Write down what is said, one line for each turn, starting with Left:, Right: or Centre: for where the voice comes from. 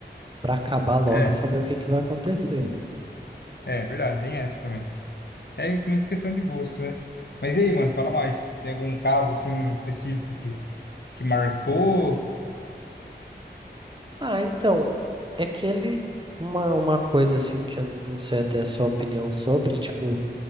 Right: pra acabar logo
Left: É,
Right: e saber o que que vai acontecer.
Left: é verdade, tem essa também. É muito questão de gosto, né? Mas e aí, mano, fala mais. Tem algum caso, assim, específico que, que marcou?
Right: Ah, então, é que ele. Uma, uma coisa, assim, que eu não sei até a sua opinião sobre, tipo,